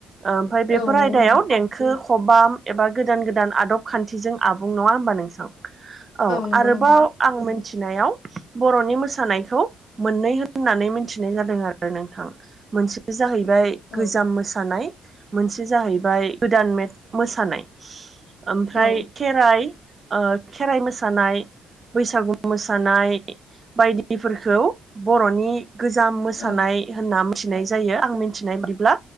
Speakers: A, on the right; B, on the left.
A: ओमफ्राय बेफोर
B: औ नंगौ
A: आयदायाव
B: नोंथां
A: देंखो खबाम एबा गोदान गो दान आदब खान्थिजों आबुं नङा होमबा नोंसाव औ
B: नंगौ
A: आरोबाव
B: नोंथां
A: आं मोन थिनायाव बर'नि मोसानायखौ मोननै होननानै मिथिनाय जादों आरो नोंथां। मोनसे जाहैबाय
B: औ
A: गोजाम मोसानाय। मोनसे जाहैबाय गोदान मेट मोसानाय ओमफ्राय
B: औ
A: खेराइ ओ‌ खेराइ मोसानाय। बैसागु मोसानाय बायदिफोरखौ बर'नि गोजाम मोसानाय
B: औ
A: होनना मोनथिनाय जायो आं मिथिनाय बिदिब्ला